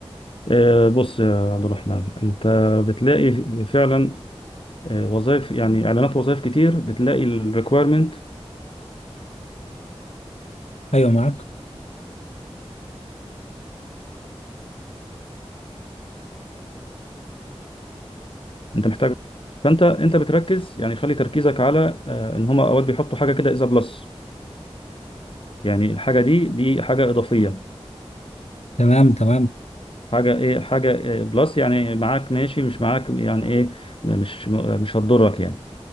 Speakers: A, on the left (about 55°); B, on the left (about 85°).
A: آه، بص يا عبد الرحمن انت بتلاقي فعلا آه، وظائف يعني اعلانات وظائف كتير بتلاقي الريكويرمنت
B: أيوه معاك
A: انت محتاج فانت انت بتركز يعني خلي تركيزك على آه، ان هما اوقات بيحطوا حاجة كده اذا بلس يعني الحاجة دي دي حاجة إضافية
B: تمام تمام
A: حاجة ايه حاجة إيه بلس يعني معاك ماشي مش معاك يعني ايه مش مش هتضرك يعني